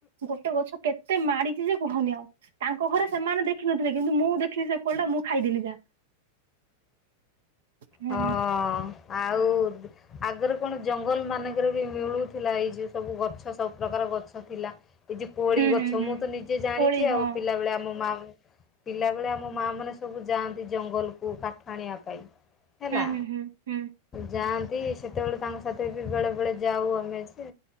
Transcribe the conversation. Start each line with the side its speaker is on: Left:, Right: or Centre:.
Right: ଗୋଟେ ଗଛ କେତେ ମାଡିଚି ଯେ କୁହନି ଆଉ ତାଙ୍କ ଘରେ ସେମାନେ ଦେଖିନଥିଲେ କିନ୍ତୁ ମୁଁ ଦେଖିଲି ସେ କୋଳିଟା ମୁଁ ଖାଇଦେଲି। ଯା ହୁଁ
Left: ହଁ ଆଉ ଆଗରେ କଣ ଜଙ୍ଗଲ ମାନଙ୍କରେ ବି ମିଳୁଥିଲା ଏଇ ଯୋଉ ସବୁ ଗଛ ସବୁ ପ୍ରକାର ଗଛ ଥିଲା। ଏ ଯୋ କୋଳି
Right: ହୁଁ
Left: ଗଛ
Right: ହୁଁ ହୁଁ
Left: ମୁଁ ତ ନିଜେ ଜାଣିଚି
Right: କୋଳି ହଁ
Left: ଆଉ ପିଲାବେଳେ ଆମ ମା ପିଲାବେଳେ ଆମ ମାଆ ମାନେ ସବୁ ଯାଆନ୍ତି ଜଙ୍ଗଲକୁ କାଠ ଆଣିବା ପାଇଁ। ହେଲା।
Right: ହୁଁ ହୁଁ
Left: ଯାଆନ୍ତି। ସେତେବେଳେ ତାଙ୍କ ସାଥିରେ ବି ବେଳେ ବେଳେ ଯାଉ ଆମେ ଯେ